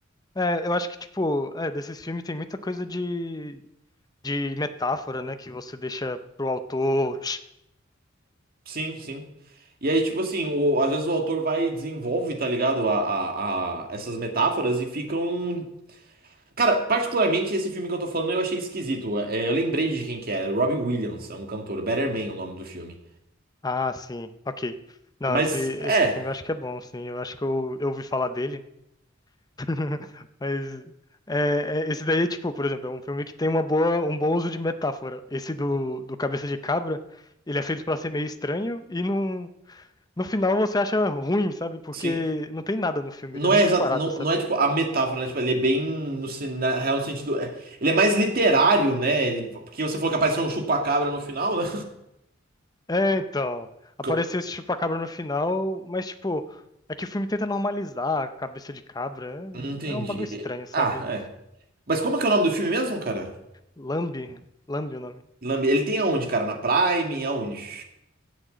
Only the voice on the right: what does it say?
Sim, sim. E aí, tipo assim, o- às vezes o autor vai e desenvolve, tá ligado? A, a, a- essas metáforas e ficam. Cara, particularmente esse filme que eu tô falando eu achei esquisito. É, eu lembrei de quem que era, Robbie Williams, é um cantor, Better Man é o nome do filme.
Mas
é,
sim.
Não
é,
exa-
não,
não é tipo a metáfora, né? Tipo, ele é bem no sen- na real sentido. é, ele é mais literário, né? Ele, porque você falou que apareceu um chupa-cabra no final, né?
<laughs> Co-
Entendi.
Ah, é. Mas como que é o nome do filme mesmo, cara?
Lambe- Ele tem aonde, cara? Na Prime? Aonde?